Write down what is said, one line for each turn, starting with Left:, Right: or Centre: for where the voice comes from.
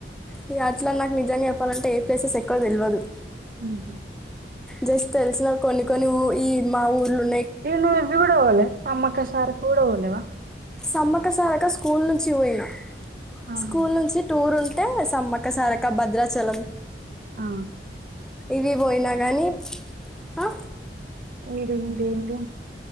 Centre: ఇగ అట్లా నాకు నిజంగా చెప్పాలంటే ఏ ప్లేసెస్ ఎక్కువ తెలవదు
Right: ఉహూ
Centre: జస్ట్ తెలిసిన కొన్ని కొన్ని ఊ ఈ మా ఊర్లో
Right: ఏంటి నువ్వు ఇది కూడా పోలే నమ్మక్క సారక్క కూడా పోలేవా
Centre: సమ్మక సారక్క స్కూల్ నుంచి పోయిన
Right: ఆహా,
Centre: స్కూల్ నుంచి టూర్ ఉం టే సమ్మక్క సారక్క భద్రాచలం
Right: ఆ.
Centre: ఇది పోయినా కానీ ఆ
Right: ఈడుంది ఏంటి